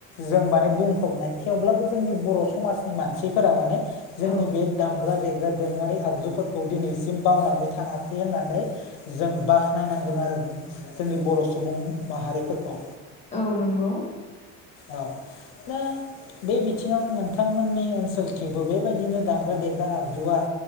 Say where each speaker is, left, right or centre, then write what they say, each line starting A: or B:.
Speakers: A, on the left; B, on the left.
A: जों माने बुंफबनाय थेवब्लाबो जोंनि बर' समाजनि मानसिफोरा माने जोंनि
B: औ
A: बे दामग्रा देग्रा दोरोङारि आगजुफोरखौ दिनैसिम बावनानै थाङाखै होननानै जों बाखनायनांगोन आरो। जोंनि बर' सुबुं माहारिफोरखौ
B: औ नंगौ
A: औ। <unintelligible> बे बिथिङावनो नोंथांमोननि ओनसोलथिबो बेबायदिनो दामग्रा देग्रा आगजुआ